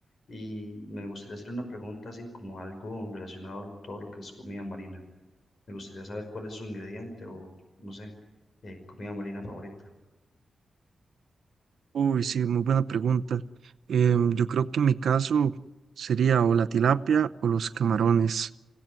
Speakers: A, on the left (about 55°); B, on the right (about 80°).
A: Y me gustaría hacer una pregunta así como algo relacionado a todo lo que es comida marina. Me gustaría saber cuál es su ingrediente o no sé, eh, comida marina favorita.
B: Uy, sí, muy buena pregunta. Em, yo creo que en mi caso sería o la tilapia o los camarones.